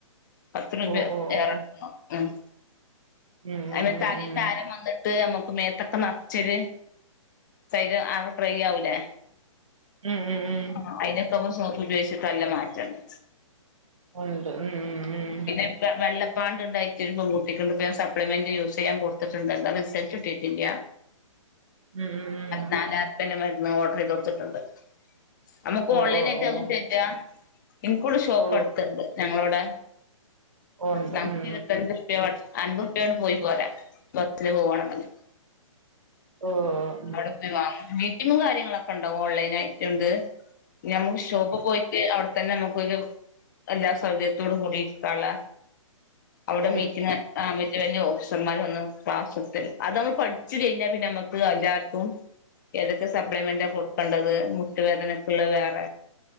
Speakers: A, on the left; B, on the right.
A: പത്ത് രൂപ
B: ഓ ഓ
A: ഏറക്കാണോന്നു
B: ഓ
A: മ്
B: ഉം ഉം
A: അതീ
B: ഉം
A: തലയിൽ
B: ഉം
A: തരാൻ വന്ന് ത്ത് നമുക്ക് മേത്തക്കെ നറച്ചൊരു സരീരം ആകെ ട്രൈ ആവൂലേ
B: ഉം ഉം ഉം
A: ആഹ് അതിനൊക്കെ നമ്മടെ സോപ്പുപയോഗിച്ചിട്ട് അല്ല മാറ്റണ്ട്
B: ഒണ്ട് ഉം ഉം ഉം
A: പിന്നെ വെള്ളപ്പാണ്ട്ണ്ടായിറ്റ് ഒരു പെങ്കുട്ടിക്ക്ണ്ട് <unintelligible> പ്പള് മെന്റ് യൂസ്സ് ചെയ്യാൻ കൊടുത്തിറ്റ് ണ്ട് അതിന്റെ റിസൽറ്റ് കിട്ടിട്ടില്യ
B: ഉം ഉം ഉം
A: നാലായിറ്പ്പേന്റെ മരുന്ന് ഓർഡർ ചെയ്ത് കൊടുത്തിട്ട്ണ്ട് നമുക്ക്
B: ഓ
A: ഓൺലൈനായിട്ട്
B: ഓ ഓ
A: അതും ചെയ്യാ ഇൻക്കുടെ ഷോപ്പ്
B: ഓ
A: അടുത്തിണ്ട് ഞങ്ങളവിടെ
B: ഉണ്ട്
A: ഞങ്ങക്ക്ഇരുവത്തഞ്ചുറുപ്യ
B: ഉം
A: അന്നും റിട്ടേൺ പോയി പോരാ ബസ്സില് പോവുവാണെങ്കില്
B: ഓഹ്
A: അവിടെപോയിവാങ്ങും മീറ്റിങ്ങും കാര്യങ്ങളൊക്കെണ്ടാാവും ഓൺലൈനായിട്ടുണ്ട് നമ്മുക്ക് ഷോപ്പ്പോയി റ്റ് അവിടെത്തന്നെ നമ്മുക്കൊരു എല്ലാ സൗകര്യത്തോടുകൂടി ഇരിക്കള്ള അവിടെ
B: ഉം
A: നിക്കണ മാമൻ റ്റ് വല്ല്യ ഓഫീസർമാർ വന്ന് ക്ലാസെടുത്തരും അത് നമ്മള് പഠിച്ചു കഴിഞ്ഞാപിന്നെ നമുക്ക് എല്ലാ ക്കും ഏതൊക്കെ സപ്ലിമെന്റാ കൊടുക്കേണ്ടത് മുട്ടുവേദനക്കുള്ള വേറെ